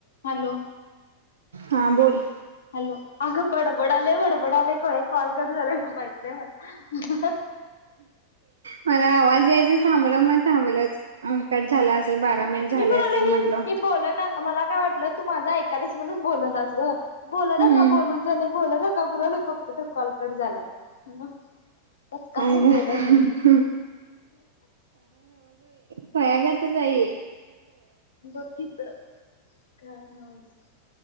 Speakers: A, on the left; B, on the right.
A: हॅलो
B: हा बोल.
A: हॅलो! अगं बडबडाले बडबडाले <unintelligible> कॉल कट झालाय माहित, नाही मला.
B: मला आवाज यायचा थांबलं. मग थांबलचं मग कट झाला. असेल बारा मिनिट झाले
A: मी म्हणालोय,
B: असतील म्हटलं
A: ही ही बोला ना मला काय वाटलं? तू माझा ऐकालास म्हणून, बोलणास गं. बोल
B: हम्म
A: नका बोलून झालयं, बोल नका म्हणालोय, बघतोय. तर कॉल कट झालायं. पचका
B: काय
A: चच हुतंय
B: झालं
A: बाई!
B: खुळ्या गतच हाय हे.
A: बघ की, तर काय नव्हचं.